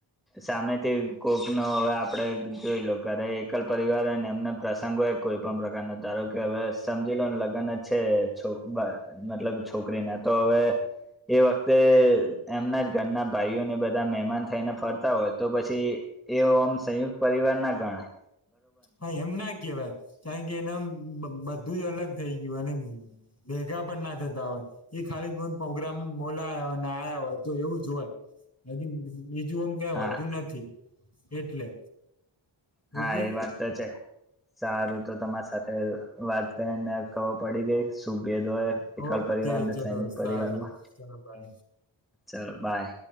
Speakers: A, in the centre; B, on the left.
A: સામેથી કોક નો હવે આપડે જોઈ લો ઘરે એકલ પરિવારને હોય ને એમને પ્રસંગ હોય કોઈ પણ પ્રકાર ના ધારો કે હવે સમજી લે લગન જ છે છ બા મતલબ છોકરીને તો હવે એ વખતે એમના જ ઘરના ભાઈઓને બધા મહેમાન થઈને ફરતા હોય તો પછી એવું આમ સંયુક્ત પરિવાર ના ગણા
B: હા એમ ના કેવાય કારણ કે એના બ બધું જ અલગ થઇ ગયું અને ભેગા પણ ના થતા હોય ખાલી કોઈ પ્રોગ્રામ બોલાયા હોયને આયા હોય તો એવું જ હોય <inaudible> બીજું અમ કઈ
A: હા
B: વધુ નથી એટલે
A: હા
B: ઓકે
A: એ વાત તો છે સારું તો તમારી સાથે વાત કરીને ખબર પડી ગઈ શુ ભદોય એકળ
B: ઓકે
A: પરિવાર ને
B: ચલો
A: સંયુક્ત પરિવારમાં
B: સારું ચલો બાય
A: ચલો બાય.